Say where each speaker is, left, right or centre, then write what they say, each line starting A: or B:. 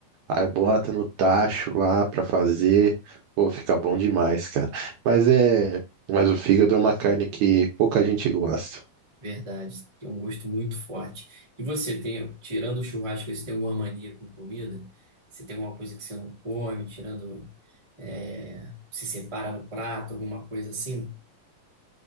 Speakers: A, on the right (about 70°); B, on the right (about 35°).
A: Aí bota no tacho lá pra fazer. Pô, fica bom demais, cara. Mas é. Mas o fígado é uma carne que pouca gente gosta.
B: Verdade. Tem um gosto muito forte. E você tem, tirando o churrasco, você tem alguma mania com comida? Você tem alguma coisa que você não come, tirando. É, se separa no prato, alguma coisa assim.